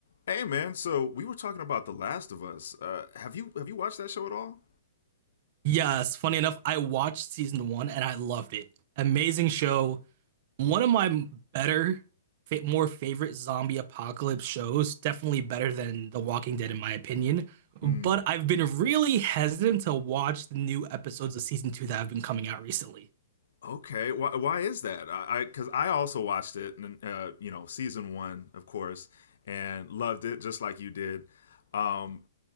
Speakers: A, on the left; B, on the right.
A: Hey man, so we were talking about The Last of Us. Uh, have you have you watched that show at all?
B: Yes, funny enough, I watched season one and I loved it. Amazing show. One of my better, fa more favorite zombie apocalypse shows. Definitely better than The Walking Dead, in my opinion.
A: Mm,
B: But I've been really hesitant to watch the new episodes of season two that have been coming out recently.
A: okay. Why why is that? I because I, 'cause I also watched it, and uh, you know, season one, of course, and loved it just like you did. Um,